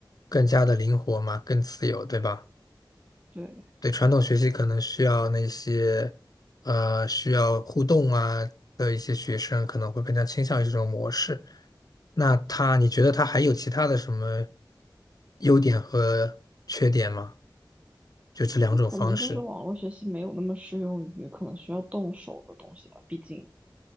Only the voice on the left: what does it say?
更加的灵活嘛，更自由，对吧？
对，传统学习可能需要那些呃需要互动啊的一些学生可能会更加倾向于这种模式。那他，你觉得他还有其他的什么优点和缺点吗？就这两种方式。